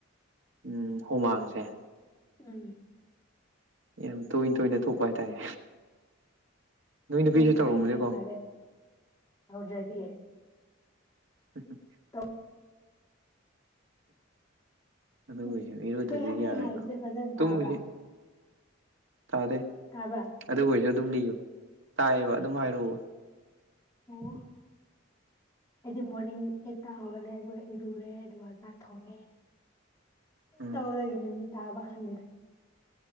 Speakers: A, on the right; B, on the left.
A: ꯎꯝ ꯍꯨꯃꯥꯡꯁꯦ
B: ꯎꯝ
A: ꯌꯥꯝ ꯇꯣꯏꯅ ꯇꯣꯏꯅ ꯊꯣꯛꯄ ꯍꯥꯏꯇꯥꯔꯦ ꯅꯨꯄꯤꯁꯨ
B: ꯅꯣꯏ
A: ꯇꯧꯔꯝꯃꯅꯤꯀꯣ
B: ꯅꯣꯏ ꯀ ꯐꯥꯔꯦ ꯇꯧꯗ꯭ꯔꯗꯤ
A: ꯎꯝ
B: ꯇꯞ
A: ꯑꯗꯨꯝꯕꯁ
B: ꯑꯩꯈꯣꯏ
A: ꯏꯔꯨꯗꯗꯤ
B: ꯑꯩ
A: ꯌꯥꯔꯣꯏꯕ
B: ꯍꯥꯏꯕꯁꯦ ꯐꯖꯅ
A: ꯇꯨꯝꯕꯁꯦ
B: ꯇꯥꯕ꯭ꯔꯥ
A: ꯇꯥꯗꯦ
B: ꯇꯥꯕ꯭ꯔꯥ
A: ꯑꯗꯨꯣꯏꯁꯨ ꯑꯗꯨꯝ ꯂꯤꯌꯣ ꯇꯥꯏꯌꯦꯕ ꯑꯗꯨꯝ ꯍꯥꯏꯔꯛꯎꯕ
B: ꯑꯣ ꯑꯩꯗꯤ ꯃꯣꯔꯅꯤꯡ ꯑꯩꯠꯇ ꯍꯧꯒꯜꯂꯦ ꯑꯗꯨꯒ ꯏꯔꯨꯔꯦ ꯑꯗꯨꯒ ꯆꯥꯛ ꯊꯣꯡꯉꯦ
A: ꯎꯝ
B: ꯇꯧꯗꯒꯦꯅꯤ ꯇꯥꯕ ꯈꯅꯤꯔ